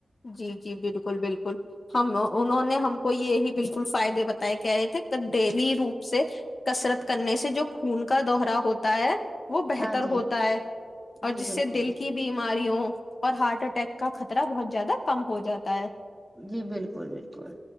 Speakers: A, on the left; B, in the centre.
A: جی جی بالکل بالکل ہم انہوں نے ہم کو یہی بالکل فائدے بتائے کہ رہے تھے ڈیلی روپ سے کسرت کرنے سے جو خون کا دوہرا ہوتا ہے وہ بہتر
B: ہاں جی
A: ہوتا ہے اور
B: جی
A: جس
B: بالکل
A: سے دل کی بھی بیماریوں اور ہارٹ اٹیک کا خطرہ بہت زیادہ کم ہو جاتا ہے
B: جی بالکل بالکل